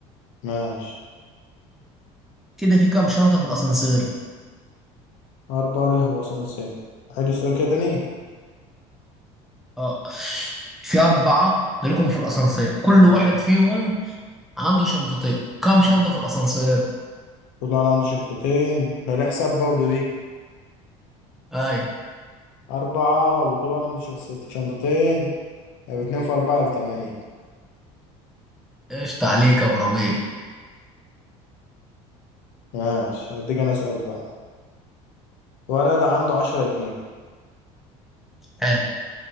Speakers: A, on the left; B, in the centre.
A: ماشي
B: كده في كام شنطة في الأسانسير
A: أربع رجل وأسانسير عيد السؤال كده تاني
B: اه في أربعة ركبوا في الأسانسير كل
A: نعم
B: واحد فيهم عنده شنطتين كام شنطة
A: نعم.
B: في الأسانسير
A: كل واحد عنده شنطتين ده دي حساب برضه دي
B: أي
A: أربعة وكل واحد عنده شخصيت- شنطتين يبقى اتنين في أربعة بتمانية
B: قشطة عليك يا أبو ربيع
A: ماشي هديك أنا سؤال بقى ولد عنده عشرة جنيه
B: حلو